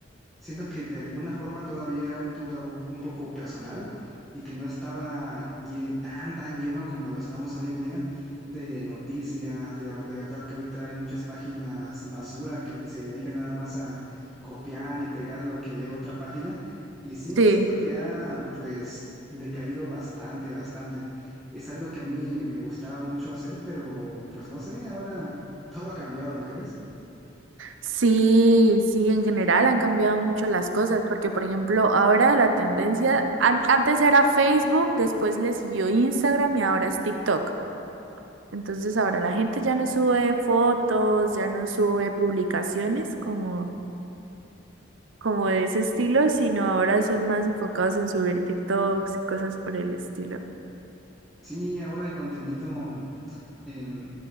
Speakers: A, in the centre; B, on the right.
A: siento que de alguna forma todavía era algo todo un poco personal y que no estaba lle- tan, tan lleno como lo estamos hoy en día de noticias, de la ver- de verdad que ahorita hay muchas páginas basura que se dedican nada más a copiar y pegar lo que ve otra página. Y sí,
B: Sí,
A: siento que ha pues decaído bastante, bastante. Es algo que a mí me gustaba mucho hacer, pero pues no sé, ahora todo ha cambiado, ¿no crees?
B: sí, sí, en general han cambiado mucho las cosas, porque por ejemplo, ahora la tendencia, an- antes era Facebook, después le siguió Instagram y ahora es TikTok. Entonces ahora la gente ya no sube fotos, ya no sube publicaciones como, como de ese estilo, sino ahora son más enfocados en subir TikToks y cosas por el estilo.
A: Sí, ahora el contenido em,